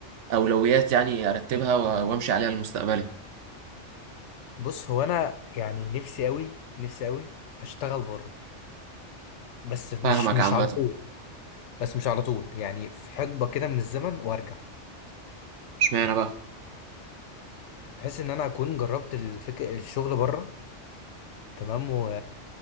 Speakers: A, on the right; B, on the left.
A: اولويات يعني ارتبها و- وامشي عليها لمستقبلي
B: بص هو انا يعني نفسي قوي نفسي قوي اشتغل بره بس مش
A: فاهمك
B: مش
A: عامه
B: على طول بس مش على طول يعني في حقبه كده من الزمن وارجع
A: اشمعنى بقى
B: بحيث ان انا اكون جربت الفك... الشغل بره تمام و...